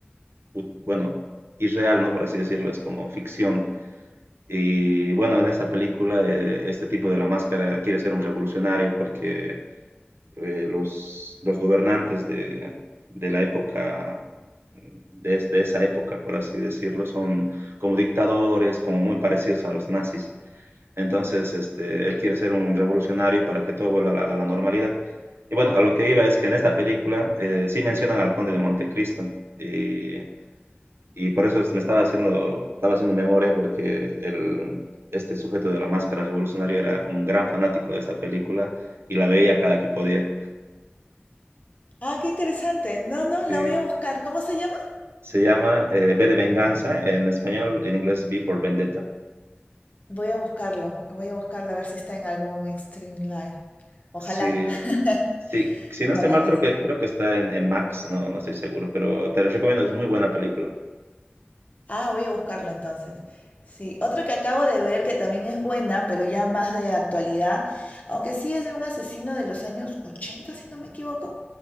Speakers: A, on the right (about 75°); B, on the left (about 35°).
A: ut- bueno, irreal, ¿no? Por así decirlo, es como ficción. Y bueno, en esta película, eh, este tipo de la máscara quiere ser un revolucionario porque eh, los, los gobernantes de, de la época, de, de esa época, por así decirlo, son como dictadores, como muy parecidos a los nazis. Entonces, este, él quiere ser un revolucionario para que todo vuelva a la, a la normalidad. Y bueno, a lo que iba es que en esta película eh, sí mencionan al conde de Montecristo. Y, y por eso es- me estaba haciendo, estaba haciendo memoria porque el, este sujeto de la máscara revolucionaria era un gran fanático de esta película y la veía cada que podía.
B: Ah, qué interesante. No, no,
A: Sí,
B: la voy a buscar. ¿Cómo se llama?
A: Se llama eh, V de Venganza, en español, en inglés V for Vendetta.
B: Voy a buscarlo, voy a buscarlo a ver si está en algún Extreme Live. Ojalá,
A: Sí,
B: <laughs>
A: sí, si
B: ojalá
A: no estoy mal,
B: que
A: creo
B: sí.
A: que, creo que está en, en Max, no, no estoy seguro, pero te lo recomiendo, es muy buena película.
B: Ah, voy a buscarla entonces. Sí, otro que acabo de ver que también es buena, pero ya más de actualidad, aunque sí es de un asesino de los años 80, si no me equivoco.